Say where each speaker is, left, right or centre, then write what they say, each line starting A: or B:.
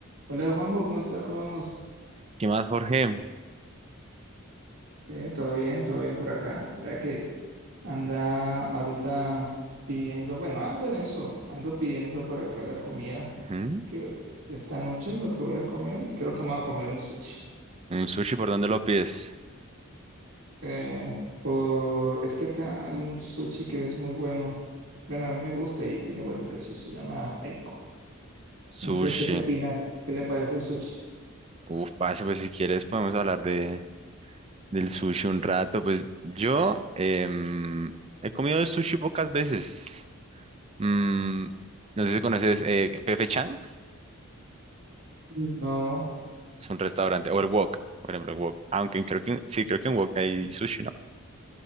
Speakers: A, on the right (about 70°); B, on the right (about 30°).
A: Hola Juanjo, ¿cómo está? ¿Cómo vamos?
B: ¿Qué más, Jorge?
A: Sí, todo bien, todo bien por acá. Vea que anda ahorita pidiendo, bueno, ando en eso, ando pidiendo por acá la comida
B: Ujú.
A: que esta noche lo que voy a comer y creo que me voy a comer un sushi.
B: ¿Un sushi por dónde lo pides?
A: Eh, por, es que acá hay un sushi que es muy bueno. Bueno, a mí me gusta y tiene buen precio, se llama Aiko.
B: Sushi.
A: No sé, ¿usted qué opina? ¿Qué le parece el sushi?
B: Uf, pase, pues si quieres podemos hablar de, del sushi un rato. Pues yo em, he comido el sushi pocas veces. Mm, no sé si conoces eh, P.F. Chang,
A: No.
B: es un restaurante, o el Wok, por ejemplo, el Wok. Aunque creo que, en- sí, creo que en Wok hay sushi, ¿no?